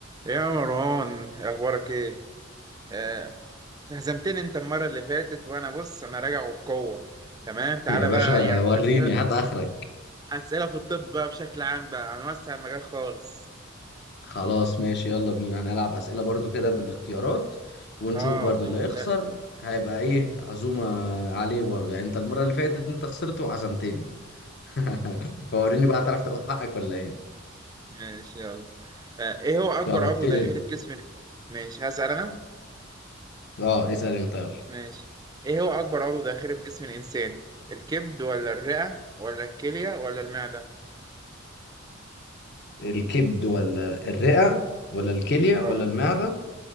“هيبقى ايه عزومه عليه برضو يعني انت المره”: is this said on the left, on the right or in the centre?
Left